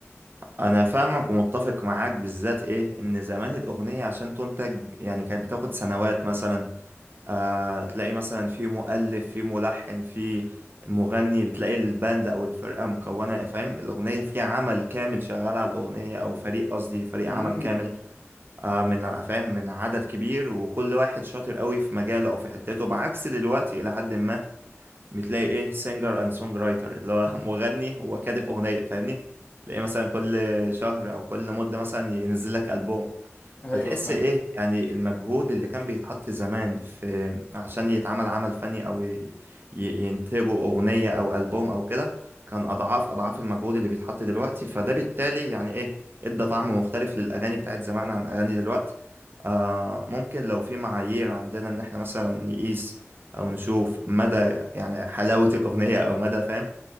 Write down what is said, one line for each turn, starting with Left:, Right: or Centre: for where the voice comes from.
Right: انا فاهمك ومتفق معاك بالذات ايه ان زمان الاغنيه عشان تنتج يعني كانت بتاخد سنوات مثلا آه تلاقي مثلا في مؤلف في ملحن في مغني بتلاقي الباند او الفرقه مكونه فاهم الاغنيه فيها عمل كامل شغال على الاغنيه او فريق قصدي فريق
Left: امم
Right: عمل كامل آه من فاهم من عدد كبير وكل واحد شاطر قوي في مجاله او في حتته بعكس دلوقتي الى حد ما بتلاقي ايه سينجر اند سونج رايتر اللي هو <laughs> مغني وكاتب اغنيه فاهمني تلاقي مثلا كل شهر او كل مده مثلا ينزل لك البوم
Left: ايوه
Right: فتحس
Left: فاهم
Right: ايه يعني المجهود اللي كان بيتحط زمان في عشان يتعمل عمل فني او ي- ي- ينتجوا اغنية او البوم او كده كان اضعاف اضعاف المجهود اللي بيتحط دلوقتي فده بالتالي يعني ايه ادى طعم مختلف للاغاني بتاعت زمان عن اغاني دلوقتي آه ممكن لو في معايير عندنا ان احنا مثلا نقيس او نشوف مدى يعني حلاوة الاغنية او مدى فاهم